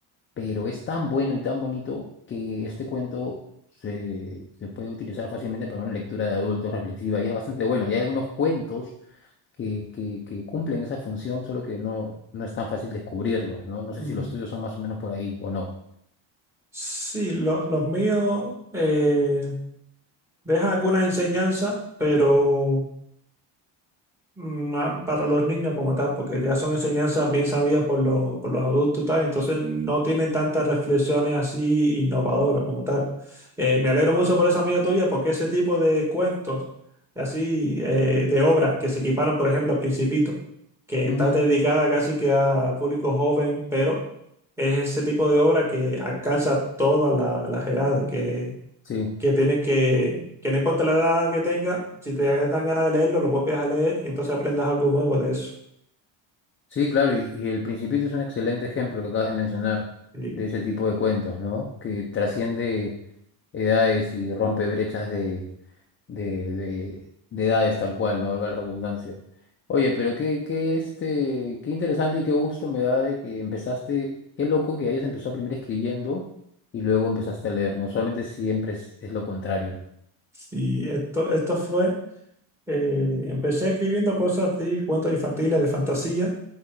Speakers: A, on the left; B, in the centre.
A: pero es tan bueno y tan bonito que este cuento se, se puede utilizar fácilmente para una lectura de adultos reflexiva y es bastante bueno. Y hay algunos cuentos que, que, que cumplen esa función, solo que no, no es tan fácil descubrirlos, ¿no? No sé
B: mm.
A: si los tuyos son más o menos por ahí o no.
B: Sí, lo- los míos eh, dejan alguna enseñanza, pero no, para los niños como tal, porque ya son enseñanzas bien sabidas por, lo- por los adultos y tal, entonces no tienen tantas reflexiones así innovadoras
A: Ujú.
B: como tal. Eh, me alegro mucho por esa amiga tuya, porque ese tipo de cuentos, así, eh, de obras que se equiparon, por ejemplo, al Principito, que
A: Ujú,
B: está dedicada casi que a público joven, pero es ese tipo de obra que alcanza todas la- las edades, que
A: Sí.
B: que tienes que, que no importa la edad que tenga, si te dan ganas de leerlo, lo vuelves a leer y entonces aprendas algo nuevo de eso.
A: Sí, claro, y, y El Principito es un excelente ejemplo que acabas de mencionar
B: Y,
A: de ese tipo de cuentos, ¿no? Que trasciende edades y rompe brechas de, de, de- de edades tal cual, no valga la redundancia. Oye, pero qué, qué, este, qué interesante y qué gusto me da de que empezaste, qué loco que hayas empezado primero escribiendo y luego empezaste a leer, ¿no? Solamente siempre es, es lo contrario.
B: y esto, esto fue, eh, empecé escribiendo cosas de cuentos infantiles, de fantasía,